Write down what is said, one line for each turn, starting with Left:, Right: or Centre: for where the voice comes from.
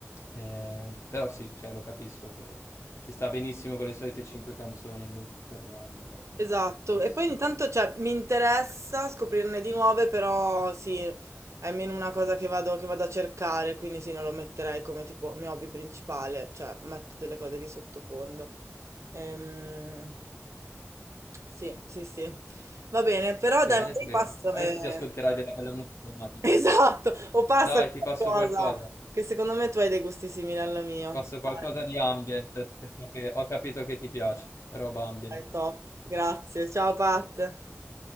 Left: Eh, però sì, cioè, lo capisco che ci sta benissimo con le solite cinque canzoni in loop per un anno, va
Right: Esatto.
Left: benissimo.
Right: E poi ogni tanto, cioè, mi interessa scoprirne di nuove, però sì, è meno una cosa che vado, che vado a cercare, quindi sì, non lo metterei come tipo mio hobby principale, cioè metto delle cose di sottofondo. Ehm, sì, sì, sì. Va bene, però
Left: Bene,
Right: dai, magari
Left: bene.
Right: passami.
Left: Adesso ti ascolterai
Right: <laughs>
Left: della bella musica, immagino.
Right: Esatto, o passami
Left: Dai, ti
Right: qualcosa,
Left: passo qualcosa. Ti
Right: che secondo me tu hai dei gusti simili al mio.
Left: passo qualcosa
Right: Dai.
Left: di ambient, che so che- ho capito che ti piace, roba ambient.
Right: Dai, top. Grazie. Ciao Pat.